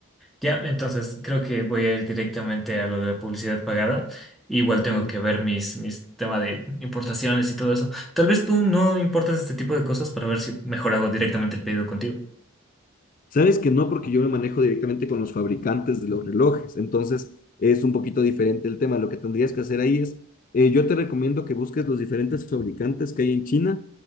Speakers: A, in the centre; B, on the left.
A: Ya, entonces creo que voy a ir directamente a lo de la publicidad pagada. Igual tengo
B: Mm.
A: que ver mis, mis temas de importaciones y todo eso. Tal vez tú no importas este tipo de cosas para ver si mejor hago directamente el pedido contigo.
B: Sabes que no, porque yo me manejo directamente con los fabricantes de los relojes, entonces es un poquito diferente el tema. Lo que tendrías que hacer ahí es, eh, yo te recomiendo que busques los diferentes fabricantes que hay en China